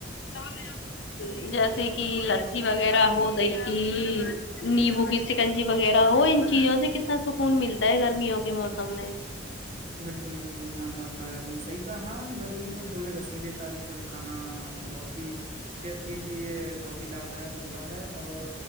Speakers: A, on the left (about 70°); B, on the right (about 40°).
A: جیسے جیسے کہ لسی وغیرہ ہو گئی نیبو کی سکنجی وغیرہ ہو ان چیزوں سے کتنا سکون ملتا ہے گرمیوں کے موسم میں
B: بالکل بالکل ماشاء اللہ آپ نے صحیح کہا ہا گرمیوں میں تھوڑ رسی دے تازہ پل کھانا بہت ہی صحت کے لیے بہت ہی لابھ دائک ہوتا ہے اور